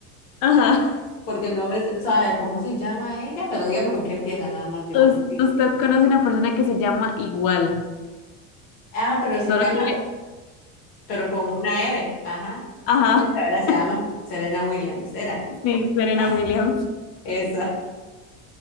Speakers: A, on the left (about 50°); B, on the left (about 75°).
A: Ajá. <laughs>
B: porque no me sé, o sea, a ver, ¿cómo se llama ella? Pero dígame con qué empieza, nada más, yo
A: Us-
B: creo que sí.
A: usted conoce una persona que se llama igual,
B: Ah, pero se
A: solo
B: llama,
A: que...
B: pero con una R, ajá.
A: Ajá.
B: Esa,
A: <laughs>
B: ¿verdad? Se llama Serena Williams, era.
A: Sí, Serena
B: <laughs>
A: Williams.
B: Esa.